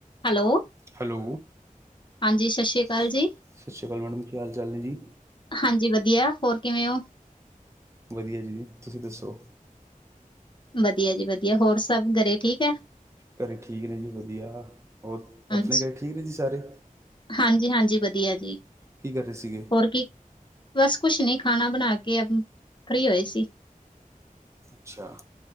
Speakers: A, on the left; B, on the right.
A: Hello.
B: Hello,
A: ਹਾਂਜੀ ਸਤਿ ਸ਼੍ਰੀ
B: ਸਤਿ
A: ਅਕਾਲ ਜੀ,
B: ਸ਼੍ਰੀ ਅਕਾਲ ਮੈਡਮ, ਕੀ ਹਾਲ ਚਾਲ ਨੇ ਜੀ?
A: ਹਾਂਜੀ, ਵਧੀਆ ਹੋਰ ਕਿਵੇਂ ਹੋ।
B: ਵਧੀਆ ਜੀ ਤੁਸੀਂ ਦੱਸੋ?
A: ਵਧੀਆ ਜੀ ਵਧੀਆ ਹੋਰ ਸਭ ਘਰੇ ਠੀਕ ਹੈ।
B: ਕਰੇ ਠੀਕ ਨੇ ਜੀ ਵਧੀਆ, ਹੋਰ
A: ਹਾਂਜੀ,
B: ਆਪਣੇ ਕਰੇ ਠੀਕ ਨੇ ਜੀ ਸਾਰੇ।
A: ਹਾਂਜੀ-ਹਾਂਜੀ, ਵਧੀਆ ਜੀ।
B: ਕੀ ਕਰ ਰਹੇ ਸੀਗੇ।
A: ਹੋਰ ਕੀ ਬਸ ਕੁਛ ਨੀ ਖਾਣਾ ਬਣਾ ਕੇ ਫ੍ਰਰੀ ਹੋਏ ਸੀ।
B: ਅੱਛਾ,